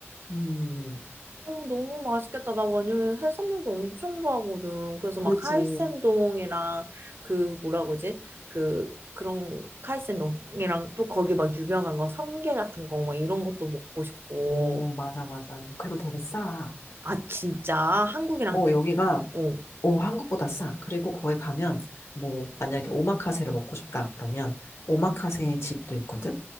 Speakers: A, on the left; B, on the right.
A: 음,
B: 어, 너무 맛있겠다. 나 완전 해산물도 엄청 좋아하거든. 그래서
A: 그지.
B: 막 카이센동이랑 그 뭐라 그러지? 그 그런 카이센동이랑 또 거기 막 유명한 거 성게 같은 거 막 이런 것도 먹고 싶고.
A: 오, 맞아, 맞아. 그리고 되게 싸.
B: 아, 진짜 한국이랑
A: 어, 여기가
B: 어.
A: 오, 한국보다 싸. 그리고 거기 가면, 뭐, 만약에 오마카세를 먹고 싶다. 그러면, 오마카세 집도 있거든?